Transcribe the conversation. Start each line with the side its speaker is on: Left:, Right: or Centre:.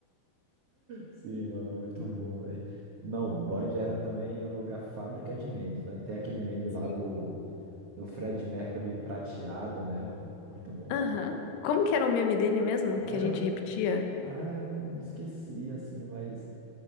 Right: Sim, mano, muito bom, velho. Não, o Band era também um lugar fábrica de memes, né? Tem aquele meme lá
Left: Sim.
Right: do, do Fred Mercury prateado, né, mano? Muito bom.
Left: Aham. Como que era o meme dele mesmo,
Right: Ah,
Left: que
Right: eu,
Left: a gente repetia?
Right: ah, eu me esqueci, assim, mas